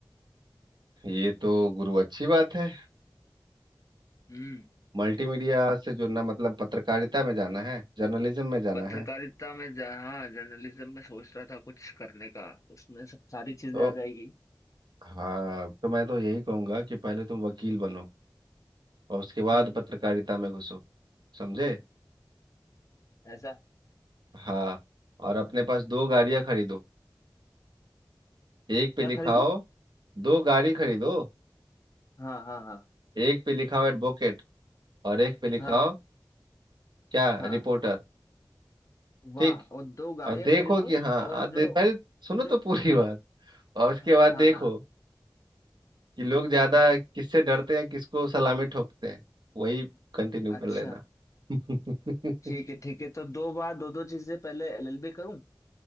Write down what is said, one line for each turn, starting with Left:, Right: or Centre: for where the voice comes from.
Right: ये तो गुरु अच्छी बात है
Left: हम्म
Right: मल्टीमीडिया से जुड़ना मतलब पत्रकारिता में जाना है जर्नलिज्म में जाना
Left: पत्रकारिता
Right: है
Left: में जहाँ जर्नलिज्म में सोच रहा था कुछ करने का उसमें सब सारी चीजें
Right: तो
Left: आ जाएगी
Right: हाँ तो मैं तो यही कहूंगा कि पहले तुम वकील बनो और उसके बाद
Left: हम्म हम्म।
Right: पत्रकारिता में घुसो समझे
Left: ऐसा
Right: हाँ और अपने पास दो गाड़ियां खरीदो एक पे
Left: क्या
Right: लिखाओ
Left: खरीदूं
Right: दो गाड़ी खरीदो
Left: हाँ हाँ हाँ
Right: एक पे लिखाओ एडवोकेट और एक पे लिखाओ
Left: हाँ
Right: क्या
Left: हाँ
Right: रिपोर्टर
Left: वाह
Right: ठीक
Left: और दो गाड़ियां
Right: और देखो
Left: खरीदूं
Right: कि हाँ आ,
Left: और
Right: दे,
Left: जो
Right: पहले सुनो तो
Left: जो
Right: पूरी बात और उसके
Left: हाँ
Right: बाद
Left: हाँ
Right: देखो
Left: हाँ
Right: कि लोग ज्यादा
Left: हाँ,
Right: किससे
Left: क्या
Right: डरते हैं किसको सलामी ठोकते हैं वही कंटिन्यू
Left: अच्छा
Right: कर लेना <laughs>
Left: ठीक है ठीक है तो दो बार दो दो चीजें पहले एलएलबी करूं